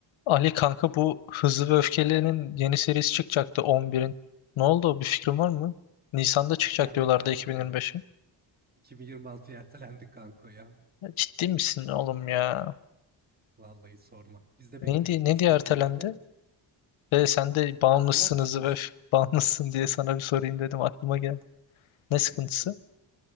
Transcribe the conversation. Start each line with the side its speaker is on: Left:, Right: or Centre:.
Left: Ali kanka bu Hızlı ve Öfkeli'nin yeni serisi çıkacaktı 11'in. Ne oldu? Bir fikrin var mı? Nisan'da çıkacak
Right: Ertelendi
Left: diyorlardı
Right: kanka.
Left: 2025'in.
Right: 2026'ya ertelendi kanka ya.
Left: Ya Ciddi misin oğlum ya?
Right: Vallahi sorma. Biz de bekliyorduk
Left: Neydi, ne
Right: aslında
Left: diye ertelendi?
Right: finali de.
Left: Ve sen de
Right: Sıkıntılar
Left: bağımlısınız
Right: çıkmış.
Left: ve öf- bağımlısın diye sana bir sorayım dedim aklıma geldi. Ne sıkıntısı?
Right: Ayıpsın.